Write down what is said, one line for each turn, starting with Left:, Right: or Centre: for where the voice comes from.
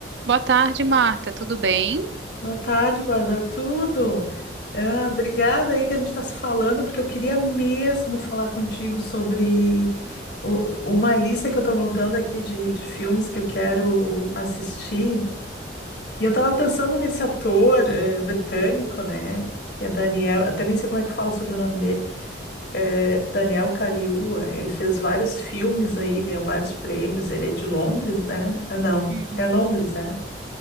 Right: Boa tarde, Marta. Tudo bem?
Left: Boa tarde, Bárbara. Tudo? Ah, obrigada aí que a gente está se falando, porque eu queria mesmo falar contigo sobre o- uma lista que eu estou montando aqui de, de filmes que eu quero assistir. E eu estava pensando nesse ator eh, britânico, né? Que é Daniel, até nem sei como é que fala sobre o sobrenome dele. eh, Daniel Kaluuya. Ele fez vários filmes aí, ganhou vários prêmios. Ele é de Londres, né? Ah, não,
Right: Uhum.
Left: é Londres, né?